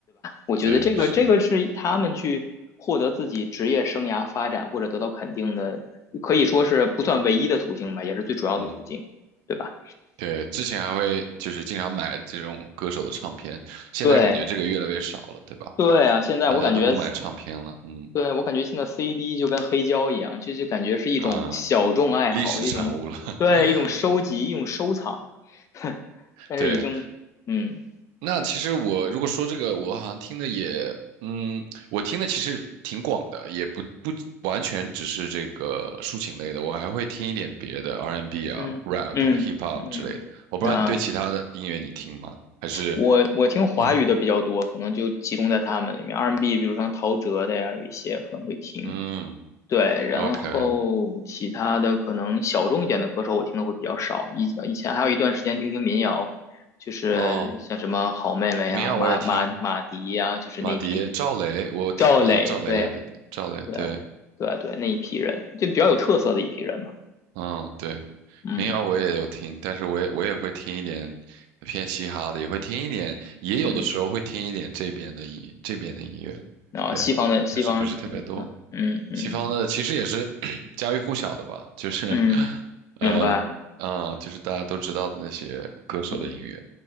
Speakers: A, on the left; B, on the right.
A: 我觉得这个这个是他们去获得自己职业生涯发展或者得到肯定的，
B: 对，是，
A: 可以说是不算唯一的途径吧，也是最主要的途径，
B: 嗯
A: 对吧？
B: 对，之前还会就是经常买这种歌手的唱片，现在感觉这个越来越少了，
A: 对
B: 对吧？
A: 对啊，现在我感觉
B: 大家都不买唱片了，嗯
A: 对，我感觉现在 CD 就跟黑胶一样，就就感觉是一种小众爱好，
B: 啊，历史产物了，
A: 一种对一种收集，
B: <laughs>
A: 一种收藏。<laughs> 但是已经，
B: 对。
A: 嗯
B: 那其实我如果说这个，我好像听的也，嗯，我听的其实挺广的，也不不完全只是这个抒情类的，我还会听一点别的 R&B 啊、
A: 嗯嗯嗯，
B: rap 啊 hip hop 之类的。我不知道你对其他的音乐你听吗？
A: 啊，
B: 还是，
A: 我我听华语的比较多，
B: <clears throat>
A: 可能就集中在他们里面，R&B，n 比如像陶喆的呀，有一些可能会听，
B: 嗯
A: 对，然后其他的可能小众一点的歌手我听的会比较少。
B: ，OK，o k
A: 以以前还有一段时间听听民谣，就是像什么好妹妹啊、
B: 哦，民谣我也听，
A: 马马马迪呀、就是那一批
B: 马迪、赵雷，我听哈赵雷也听，
A: 赵磊，对
B: 赵雷对，
A: 对对啊对，那一批人就比较有特色的一批人嘛。
B: 嗯，对，
A: 嗯
B: 民谣我也有听，但是我也我也会听一点偏嘻哈的，也会听一点，也有的时候会听一点这边的音这边的音乐，
A: 嗯，然后西方的西方，
B: 对，但是不是特别多。
A: 嗯嗯嗯
B: 西方的其实也是 <clears throat> 家喻户晓的吧，就是，
A: 嗯，
B: <laughs>
A: 明白，
B: 呃，啊、就是大家都知道的那些歌手的音乐。
A: 嗯